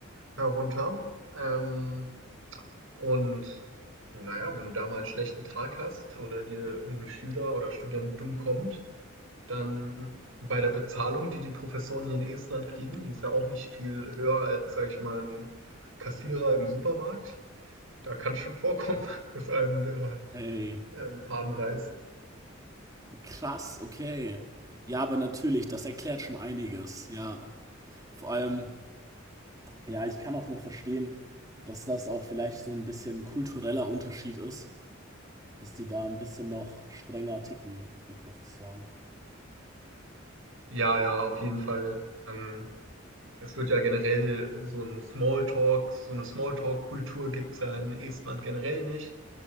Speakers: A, on the right; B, on the right.
A: herunter. Ähm, und na ja, wenn du da mal einen schlechten Tag hast oder dir irgendein Schüler oder Student dumm kommt, dann bei der Bezahlung, die die Professoren hier in Estland kriegen, die ist ja auch nicht viel höher als, sage ich mal, ein Kassierer im Supermarkt. Da kann es schon vorkommen, <laughs> dass einem der
B: Hey,
A: ähm, Faden reißt.
B: krass, okay. Ja, aber natürlich, das erklärt schon einiges, ja. Vor allem, ja, ich kann auch noch verstehen, dass das auch vielleicht so ein bisschen kultureller Unterschied ist, dass die da ein bisschen noch strenger ticken, die Professoren.
A: Ja, ja, auf jeden Fall. Ähm, es wird ja generell so ein Smalltalk, so eine Smalltalk-Kultur gibt es ja in Estland generell nicht.